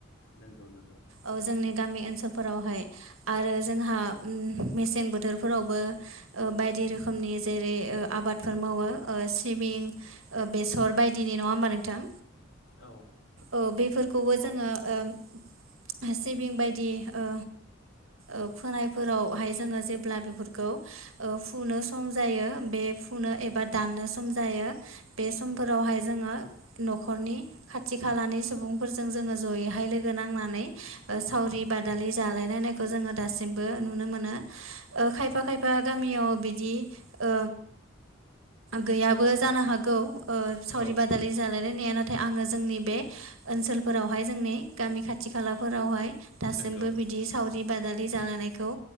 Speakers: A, on the left (about 85°); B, on the right (about 90°).
A: नंगौ नंगौ।
B: औ जोंनि गामि ओनसोलफोरावहाय आरो जोंहा उम मेसें बोथोरफोरावबो ओ बाय दि रोखोमनि जेरै ओ आबादफोर मावो ओ सिबिं बेसर बायदिनि नङा होमबा नोंथां?
A: औ
B: औ बेफोरखौबो जोङो ओ सिबिं बायदि ओ ओ फोनायफोरावहाय जोङो जेब्ला बेफोरखौ ओ फुनो सम जायो बे फुनो एबा दाननो सम जायो बे समफोरावहाय जोङो न'खरनि खाथि खालानि सुबुं फोरजों जोङो ज'यैहाय लोगो नांनानै ओ सावरि बादालि जालायलायनायखौ जोङो दासिमबो नुनो मोनो। ओ खायफा खायफा गामियाव बिदि ओ गैयाबो जानो हागौ ओ सावरि‌
A: औ
B: बादालि जालायलायनाया ना थाय आङो जोंनि बे ओनसोलफोरावहाय जोंनि गामि खाथि खालाफोरावहाय दासिमबो
A: नंगौ
B: बिदि सावरि बादालि जालायनायखौ